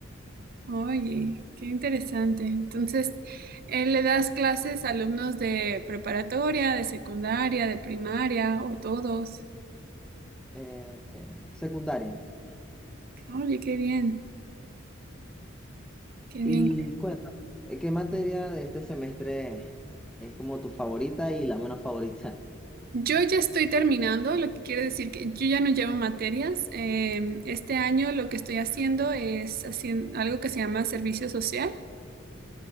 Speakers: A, on the right (about 45°); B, in the centre.
A: Oye, qué interesante. Entonces, eh, ¿le das clases a alumnos de preparatoria, de secundaria, de primaria o todos?
B: eh, eh, secundaria.
A: Oye, qué bien, qué
B: Y
A: bien.
B: cuéntame, ¿eh, ¿qué materia de este semestre es como tu favorita y la menos favorita?
A: Yo ya estoy terminando, lo que quiere decir que yo ya no llevo materias. Em, este año lo que estoy haciendo es haciendo algo que se llama servicio social,